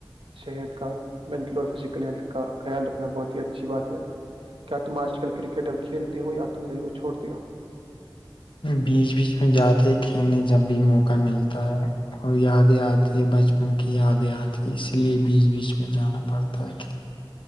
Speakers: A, on the right; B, on the left.
A: صحت کا مینٹل اور فزیکل ہیلتھ کا خیال رکھنا بہت ہی اچھی بات ہے کیا تم آج کل کرکٹ اب کھیلتے ہو یا تم نے وہ چھوڑ دیا
B: بیچ بیچ میں جاتے ہیں کھیلنے جب بھی موقع ملتا ہے اور یادیں آتی ہے بچپن کی یادیں آتی ہے اسی لیے بیچ بیچ میں جانا پڑتا ہے